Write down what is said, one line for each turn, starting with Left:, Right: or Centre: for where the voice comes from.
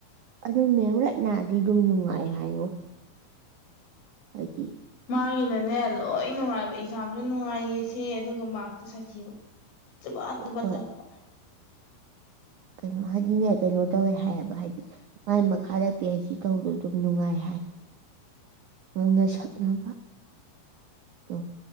Right: ꯑꯗꯨ ꯃꯦꯝꯔꯠꯅꯗꯤ ꯑꯗꯨꯝ ꯅꯨꯡꯉꯥꯏ ꯍꯥꯏꯉꯣ ꯍꯥꯏꯗꯤ
Left: ꯃꯥꯒꯤꯅꯅꯦ ꯂꯣꯏ ꯅꯨꯡꯉꯥꯏꯕ ꯑꯦꯛꯖꯥꯝꯁꯨ ꯅꯨꯡꯉꯥꯏꯌꯦꯁꯦ ꯑꯗꯨꯒ ꯃꯥꯔꯁꯇ ꯁꯥꯊꯤꯕ ꯆꯕꯥ ꯇꯕꯠ
Right: ꯍꯣꯏ
Left: ꯀꯛꯄ
Right: ꯀꯩꯅꯣ ꯍꯥꯏꯗꯤꯅꯦ ꯀꯩꯅꯣ ꯇꯧꯋꯦ ꯍꯥꯏꯌꯦꯕ ꯍꯥꯏꯗꯤ ꯃꯥꯏ ꯃꯈꯥꯗ ꯄꯤ ꯑꯩꯁꯤ ꯇꯧꯕꯗꯣ ꯑꯗꯨꯝ ꯅꯨꯡꯉꯥꯏ ꯅ ꯁꯛꯅꯕ ꯑꯗꯨꯝ